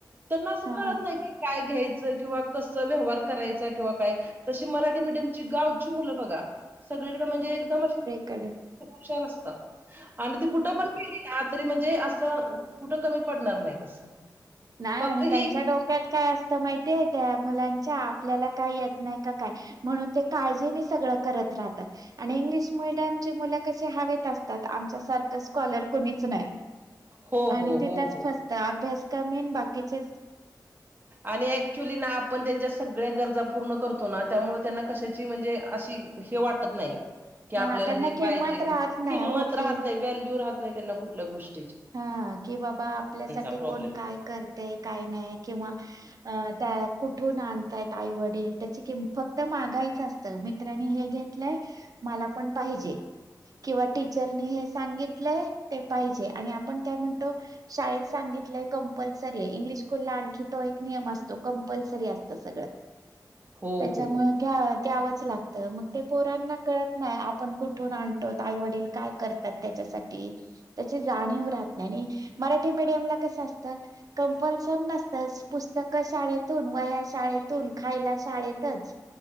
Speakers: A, on the right (about 30°); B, on the right (about 55°).
A: त्यांना असं
B: हा
A: कळत नाही की काय घ्यायच किंवा क व्यवार करायचा किंवा काय तशी मराठी मडयमची गावची मुलं बघा सगळीकडें म्हणजे एकदम अ
B: कडे
A: उपचार असतात आणि ती कुठं पण गेली ना तरी म्हणजे असं कुठं कमी पडणार नाहीत असं
B: नाही
A: फक्त
B: आणि
A: ही
B: त्यांच्या डोक्यात काय असतं माहिती त्या मुलांच्या आपल्याला काय येत नाही का काय म्हणून ते काळजीने सगळं करत राहतात आणि इंग्लिश मडम मुलं कशी हवेत असतात आमच्या सारख स्कॉलर कोणीच नाही
A: हो,
B: आणि
A: हो,
B: ते
A: हो,
B: त्याच
A: हो.
B: फसत अभ्यास का मेन बाकीच्याच
A: आणि ऍक्च्युली ना आपण त्यांच्या सगळ्या गरजा पूर्ण करतो ना त्यामुळे त्यांना कशाची म्हणजे अशी हे वाटत नाही की आपल्याला
B: हां त्यांना
A: हे
B: किंमत
A: पाहिजे
B: राहत
A: ते किंमत
B: नाही ओ की
A: राहत नाही व्हॅल्यू राहत नाही त्यांना कुठल्या गोष्टी
B: हा कि बाबा आपल्यासाठी
A: प्रॉब्लेम
B: कोण काय करते काय नाही किंवा त्या कुठून आणतायत आईवडील त्याची फक्त मागायचं असतं मित्रांनी हे घेतलंय मला पण पाहिजे किंवा टीचरनी हे सांगित पाजे आपण काय म्हणतो शाळेत सांगितलं कंपल्सरी आहे इंग्लिश स्कूलला आणखी तो एक नियम असतो कंपल्सरी असतं सगळ
A: हो
B: त्याच्यामु
A: हो
B: का्या लागत मग पोरांना कत नाही आपण कुठून आणो आई वडील काय करतात त्याच्यासाठी त्या जाणीव मराठी मडयम कस असत कपल् नसत पुस्तक शाळेतून व शाळेतून खायला शाळेतच